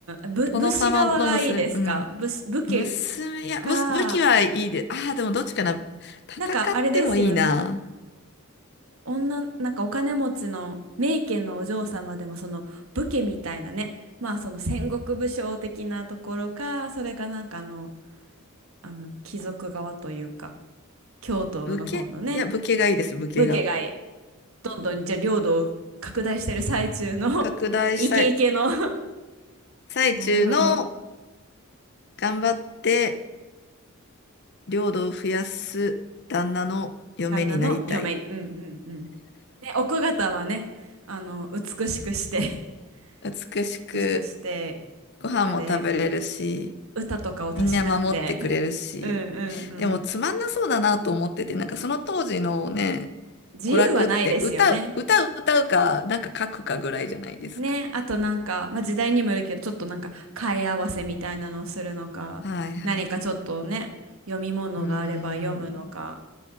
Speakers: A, on the right; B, on the left.
A: ん、ぶ、
B: 殿様の娘、
A: 武士側がいいですか武士、
B: うん、
A: 武家
B: 娘、いや、
A: か、
B: 武、武器はいいで、ああ、でもどっちかな。戦ってもいいな。
A: なんかあれですよね。女、なんかお金持ちの名家のお嬢様でもその武家みたいなね、まあその戦国武将的なところか、それかなんかあの、あの貴族側というか、京都の方のね、
B: 武家、いや、武家がいいです、武家が。
A: 武家がいい。どんどんじゃあ領土を拡大してる最中の
B: 拡大したい。
A: <laughs> イケイケの <laughs>
B: 最中の
A: なるほど。
B: 頑張って領土を増やす旦那の嫁になりたい。
A: 旦那の嫁に。うんうんうん。ね、奥方はね、あの、美しくして、
B: 美しく
A: <laughs> 美しくして、
B: ご飯も食べれるし、
A: あれ、歌とかをたしなんで、
B: みんな守ってくれるし。
A: うんうんうん。
B: でもつまんなそうだなと思ってて、なんかその当時のね、
A: 自由はないですよね。
B: 娯楽って歌う、歌う、歌うか、なんか書くかぐらいじゃないですか。
A: ね、あとなんか、まあ、時代にもよるけど、ちょっとなんか、替え合わせみたいなのをするのか、
B: はいはい。
A: 何かちょっとね、読み物があれば読むのか、
B: うーん。